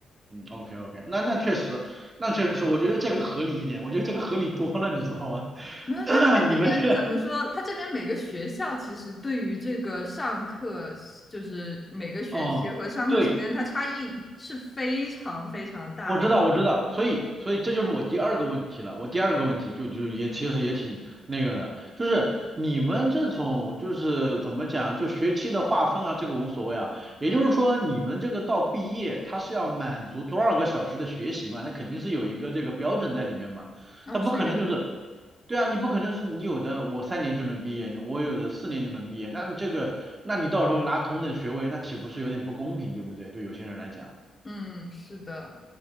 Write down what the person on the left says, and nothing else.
没有，
但他这边怎么说？
他这边每个学校其实对于这个上课，就是每个学期和上课时间，
它差异是非常非常大的。
嗯，
哦，
是有的。
嗯，是的。